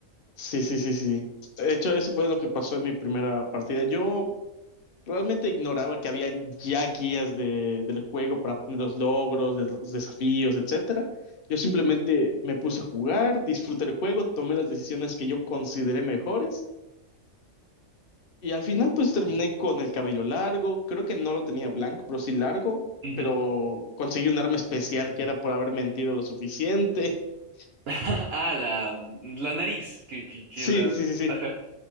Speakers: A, on the left (about 55°); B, on the right (about 60°).
A: sí, sí, sí, sí. De hecho, eso fue lo que pasó en mi primera partida. Yo realmente ignoraba que había ya guías de, del juego para obtener los logros, de- los desafíos, etcétera. Yo simplemente me puse a jugar, disfruté el juego, tomé las decisiones que yo consideré mejores Y al final pues terminé con el cabello largo, creo que no lo tenía blanco, pero sí largo,
B: Ujú.
A: pero conseguí un arma especial que era por haber mentido lo suficiente. <laughs>
B: <laughs> Ah, la, la nariz, que, que, que
A: Sí,
B: la...
A: sí, sí, sí,
B: Ajá.